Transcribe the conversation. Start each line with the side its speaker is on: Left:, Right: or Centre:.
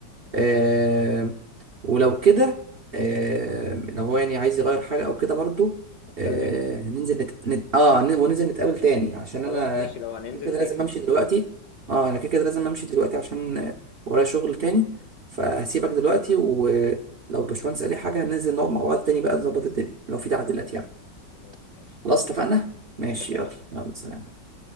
Right: آه
Left: ماشي
Right: ولو كده آه لو هو يعني عايز يغير حاجه او كده برضو آه
Left: كلمني بقى
Right: ننزل نت... نت... اه ن- وننزل نتقابل تاني عشان انا
Left: خلاص ماشي لو هننزل
Right: كده كده
Left: تاني
Right: لازم
Left: ماشي
Right: امشي دلوقتي اه انا كده كده لازم امشي دلوقتي عشان آه، ورايا شغل تاني فهسيبك دلوقتي ولو الباشمهندس قال لي حاجه هننزل نقعد مع بعض تاني بقى نظبط الدنيا لو في تعديلات يعني
Left: خلاص ماشي
Right: خلاص اتفقنا
Left: سلام
Right: ماشي
Left: اتفقنا
Right: يلا يلا سلام
Left: سلام.